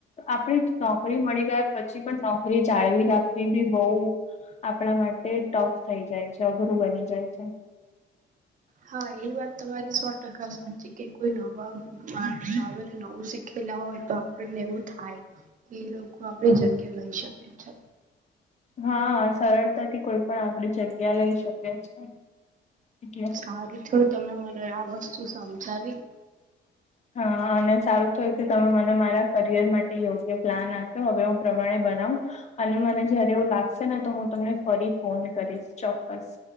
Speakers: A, on the left (about 35°); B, on the right (about 40°).
A: આપણે નોકરી મળી ગયા પછી પણ નોકરી જાળવી રાખવી ભી બહુ, આપણા માટે ટોફ થઈ જાય છે, અઘરું બની જાય છે.
B: હા, એ વાત સૌ ટકા સમજી કે, કોઈ નવા નવું શીખલા હોય તો પણને એવું થાય કે એ લોકો આપડી જગ્યા લઈ શકે છે.
A: હા, સરળતાથી કોઈ પણ આપડી જગ્યા લઈ શકે છે.
B: સારું થયું તમે મને આ વસ્તુ સમજાવી.
A: હા, અને સારું થયું કે તમે મને મારા કરિયર માટે યોગ્ય પ્લાન આપ તો હવે હું પ્રમાણે બનાવું. અને મને જયારે એવું લાગશે ને, તો હું તમને ફરી ફોન કરીશ ચોક્કસ.